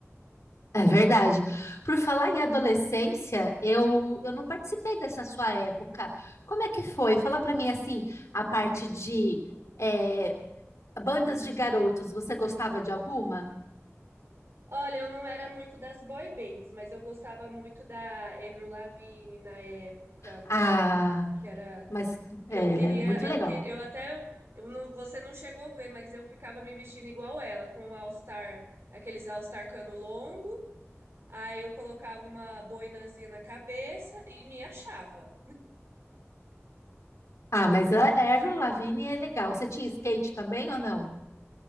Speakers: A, on the left; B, on the right.
A: É verdade. Por falar em adolescência, eu, eu não participei dessa sua época. Como é que foi? Fala para mim assim, a parte de é, bandas de garotos, você gostava de alguma?
B: Olha, eu não era muito das boy bands, mas eu gostava muito da Avril Lavigne na época,
A: Ah,
B: que era
A: mas é,
B: que eu queria,
A: ele era muito
B: eu
A: legal.
B: queria, eu até eu não, você não chegou a ver, mas eu ficava me vestindo igual ela, com All Star, aqueles All Star cano longo, aí eu colocava uma boinazinha na cabeça e me achava.
A: Ah, mas a Avril Lavigne é legal. Você tinha skate também ou não?